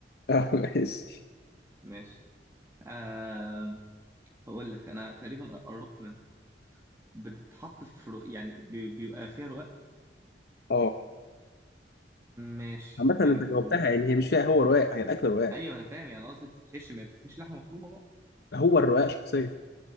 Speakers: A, on the left; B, on the right.
A: <laughs> اه ماشي
B: ماشي آه هقول لك انا تقريبا قربت منها بتتحط في رق... يعني بي... بيبقى فيها رقاق
A: اه
B: ماشي
A: عامة
B: يعني
A: انت
B: بيبقوا
A: جاوبتها يعني هي مش فيها هو رواق هي الاكل رواق
B: ايوه انا فاهم يعني قصدي بتتحشي ما بتتحشي لحمه مفرومه بقى
A: هو الرواق شخصيا